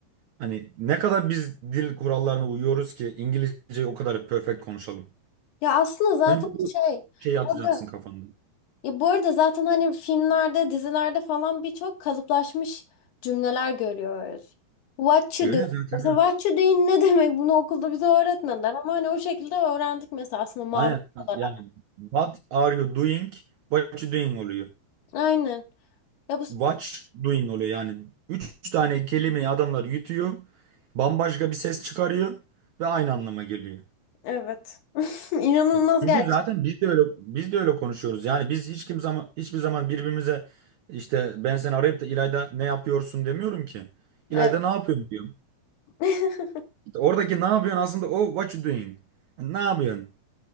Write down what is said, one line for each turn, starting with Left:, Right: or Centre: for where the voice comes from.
Right: Hani ne kadar biz dil kurallarına uyuyoruz ki İngilizceyi o kadar perfect konuşalım.
Left: Ya aslında zaten
Right: Önce bu
Left: şey
Right: şeyi
Left: burada
Right: atacaksın kafanda.
Left: Ya bu arada zaten hani filmlerde, dizilerde falan birçok kalıplaşmış cümleler görüyoruz. What you
Right: E Öyle
Left: doing?
Right: zaten
Left: Mesela
Right: evet.
Left: what you doing ne demek? Bunu okulda bize öğretmediler ama hani o şekilde öğrendik mesela aslında maruz
Right: Aynen
Left: olarak.
Right: yani what are you doing? What you doing oluyor.
Left: Aynen. Ya bu,
Right: Watch
Left: bu-
Right: doing oluyor yani. Üç tane kelimeyi adamlar yutuyor. Bambaşka bir ses çıkarıyor ve aynı anlama geliyor.
Left: evet. <laughs> İnanılmaz
Right: E, Çünkü
Left: gerçek.
Right: zaten biz de öyle biz de öyle konuşuyoruz. Yani biz hiç kim zaman hiçbir zaman birbirimize işte ben seni arayıp da İlayda ne yapıyorsun demiyorum ki. İlayda
Left: Evet.
Right: ne yapıyorsun diyorum.
Left: <laughs>
Right: İşte oradaki ne yapıyorsun aslında o what you doing. E, Ne yapıyorsun?